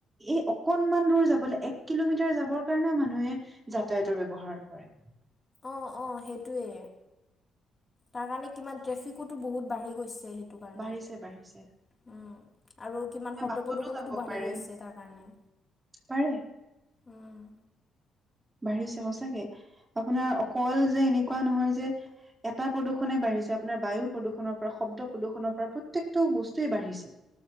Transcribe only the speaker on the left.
অ', অ', সেইটোৱে। তাৰ কাৰণে কিমান ট্ৰেফিকো বহুত বাঢ়ি গৈছে স কাৰ
উম
আৰু কিমান শব্দ
প্ৰদূশনোতো
বাঢ়ি
গৈছে তাৰ কাৰণে।
উম।